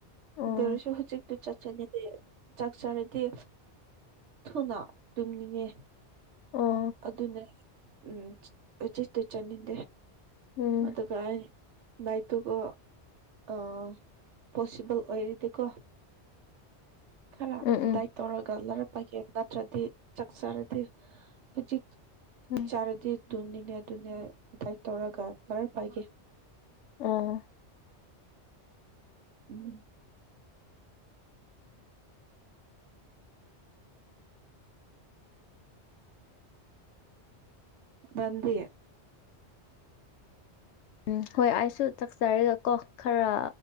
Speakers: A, on the left; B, on the right.
A: ꯑꯣ
B: ꯑꯗꯨ ꯑꯣꯏꯔꯁꯨ ꯍꯧꯖꯤꯛꯇꯨ ꯆꯠ ꯆꯥꯅꯤꯡꯗꯦ ꯆꯥꯛ ꯆꯥꯔꯗꯤ ꯊꯨꯅ ꯇꯨꯝꯅꯤꯡꯉꯦ
A: ꯑꯣ
B: ꯑꯗꯨꯅꯦ ꯎꯝ ꯍꯧꯖꯤꯛꯇꯤ ꯆꯥꯅꯤꯡꯗꯦ
A: ꯎꯝ
B: ꯑꯗꯨꯒ ꯑꯥꯏ ꯕꯥꯏꯇꯨꯀꯣ ꯑꯥ ꯄꯣꯁꯤꯕꯜ ꯑꯣꯏꯔꯤꯗꯤꯀꯣ ꯈꯔ
A: ꯎꯝ ꯎꯝ
B: ꯗꯥꯏꯠ ꯇꯧꯔꯒ ꯂꯥꯔꯛ ꯄꯒꯦ ꯅꯠꯇ꯭ꯔꯗꯤ ꯆꯥꯛꯆꯔꯗꯤ ꯍꯧꯖꯤꯛ
A: ꯎꯝ
B: ꯆꯥꯔꯗꯤ ꯇꯨꯝꯅꯤꯅꯦ ꯑꯗꯨꯅꯦ ꯗꯥꯏꯠ ꯇꯧꯔꯒ ꯂꯔꯛ ꯄꯥꯒꯦ
A: ꯑꯣ
B: ꯎꯝ
A: <inaudible>
B: ꯅꯟꯗꯤ
A: ꯎꯝ ꯍꯣꯏ ꯑꯩꯁꯨ ꯆꯥꯛꯆꯔꯒ ꯀꯣ ꯈꯔ